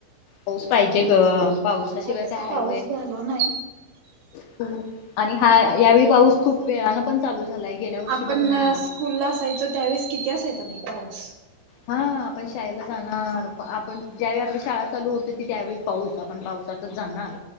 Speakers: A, on the left; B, on the right.
A: पाऊस पाहिजे ग. पावसाशिवाय
B: पाहिजे तसा
A: काय हाय
B: पाऊस झाला नाही.
A: हो. आणि हा यावेळी पाऊस खूप वेळान पण चालू झालाय. गेल्या वर्षी
B: आपण
A: बघ ना
B: स्कूल ला असायचो त्यावेळेस किती असायचा बाई पाऊस.
A: हा. आपण शाळेला जाणार. आपण ज्यावेळी आपली शाळा चालू होत होती, त्यावेळीस पाऊस. आपण पावसात जाणार